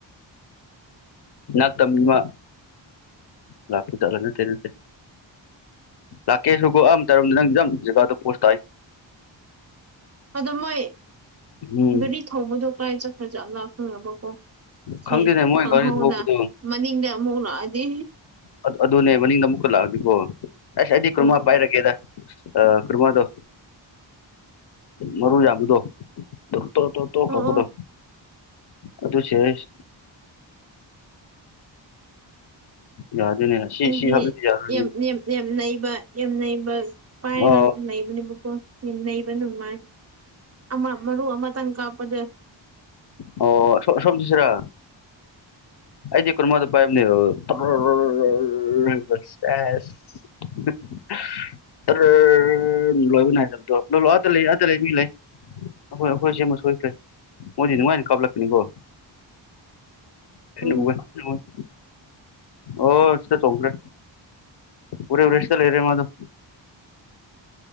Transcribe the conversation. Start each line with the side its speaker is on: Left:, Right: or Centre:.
Left: ꯅꯥꯛꯇ ꯃꯤꯃ ꯂꯥꯛꯇ꯭ꯔꯤꯖꯥꯠꯂ ꯅꯠꯇꯦ ꯅꯠꯇꯦ ꯂꯥꯛꯀꯦꯁꯨꯀꯣ ꯑꯝꯇꯔꯝꯗ ꯅꯪ ꯖꯒꯥꯗꯣ ꯄꯣꯁ ꯇꯥꯏ
Right: ꯑꯗꫭ ꯃꯣꯏ
Left: ꯎꯝ
Right: ꯒꯥꯔꯤ ꯊꯧꯕꯗꯣ ꯀꯥꯏ ꯆꯠꯈ꯭ꯔꯖꯥꯠꯂ ꯈꯪꯉꯕꯀꯣ ꯁꯤ
Left: ꯈꯪꯗꯦꯅꯦ ꯃꯣꯏ
Right: ꯈꯪꯍꯧꯗ
Left: ꯒꯥꯔꯤ ꯊꯧꯕꯗꯣ
Right: ꯃꯅꯤꯡꯗ ꯑꯃꯨꯛ ꯂꯥꯛꯑꯗꯤ
Left: ꯑꯁ ꯑꯗꯨꯅꯦ ꯃꯅꯤꯡꯗ ꯑꯃꯨꯛꯀ ꯂꯥꯛꯑꯗꯤꯀꯣ ꯑꯁ ꯑꯩꯗꯤ ꯀꯔꯝꯃ
Right: ꯎꯝ
Left: ꯄꯥꯏꯔꯒꯦꯗ ꯑꯥ ꯀ꯭ꯔꯃꯥꯗꯣ ꯃꯔꯨ ꯌꯥꯝꯕꯗꯣ ꯇꫭ ꯇꫭ ꯇꫭ ꯇꯣꯛꯈ꯭ꯔꯕꯗꯣ
Right: ꯑꯣ ꯑꯣ
Left: ꯑꯗꯣ ꯁ°ꯔꯤꯌꯁ ꯌꯥꯗꯣꯏꯅꯦ ꯁꯤ
Right: ꯑꯩꯗꯤ
Left: ꯁꯤ ꯍꯥꯞꯔꯗꯤ ꯌꯥꯗꫭꯏꯅꯦ
Right: ꯌꯥꯝ ꯌꯥꯝ ꯌꯥꯝ ꯅꯩꯕ ꯌꯥꯝ ꯅꯩꯕ ꯄꯥꯏꯔꯒ
Left: ꯑꯣ
Right: ꯅꯩꯕꯅꯦꯕꯀꯣ ꯌꯥꯝ ꯅꯩꯕ ꯅꯨꯡꯉꯥꯏ ꯑꯃ ꯃꯔꯨ ꯑꯃꯇꯪ ꯀꯥꯞꯄꯗ
Left: ꯑꯣ ꯑꯁꫭꯝ ꯑꯁꫭꯝ ꯆꯠꯁꯤꯔ ꯑꯩꯗꯤ ꯀꯔꯃꯗꯨ ꯄꯥꯏꯕꯅ°ꯕ ꯇꫭꯔꯔꯔꯔꯔꯔꯔ ꯆ°ꯁ <unintelligible> ꯑꯔꯔꯔꯔꯔꯔ ꯂꫭꯏꯕ ꯅꯥꯏꯗꯕꯗꫭ ꯗꫭ ꯑꯥꯗ ꯂꯩ ꯑꯥꯗ ꯂꯩ ꯃꯤ ꯂꯩ ꯑꯩꯈꯣꯏ ꯑꯩꯈꯣꯏ ꯁꯦꯝꯃ ꯁꯣꯏꯈ꯭ꯔꯦ ꯃꯣꯏꯗꯤ ꯑꯗꯨꯃꯥꯏꯅ ꯀꯥꯞꯂꯛꯀꯅꯤꯀꯣ ꯑꯩꯅ
Right: ꯎꯝ
Left: ꯎꯏꯑ° ꯑꯩꯅ ꯎꯏꯑꯦ ꯑꯣ ꯁꯤꯗ ꯆꯣꯡꯈ꯭ꯔꯦ ꯎꯔꯦ ꯎꯔ° ꯁꯤꯗ ꯂꯩꯔ° ꯃꯥꯗꫭ